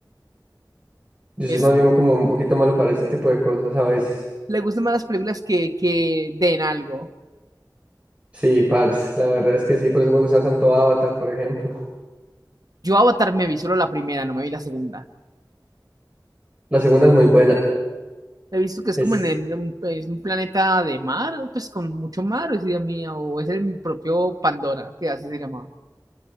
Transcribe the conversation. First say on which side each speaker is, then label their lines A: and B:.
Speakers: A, on the right (about 15°); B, on the right (about 55°).
A: Yo
B: Es,
A: soy más bien como un poquito malo para ese tipo de cosas a veces.
B: le gustan más las películas que, que den algo.
A: Sí, parce, la verdad es que sí, por eso me gusta tanto Avatar, por ejemplo.
B: Yo Avatar me vi solo la primera, no me vi la segunda.
A: La segunda es muy buena.
B: He visto que es
A: Es
B: como en el- un, es un planeta de mar, pues con mucho mar, o es idea mía, o es el propio Pandora, que así se llamaba.